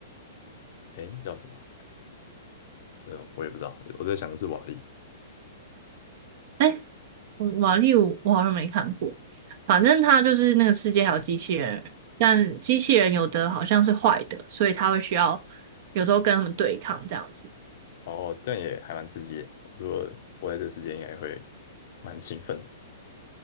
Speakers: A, on the left; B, on the right.
A: 诶，叫什么啊呃，我也不知道，我在想的是瓦力。
B: 哎，嗯瓦力我我好像没看过，反正它就是那个世界还有机器人，但机器人有的好像是坏的，所以它会需要有时候跟他们对抗这样子。
A: 哦，这样也还蛮刺激的。如果活在这个世界，应该会蛮兴奋的。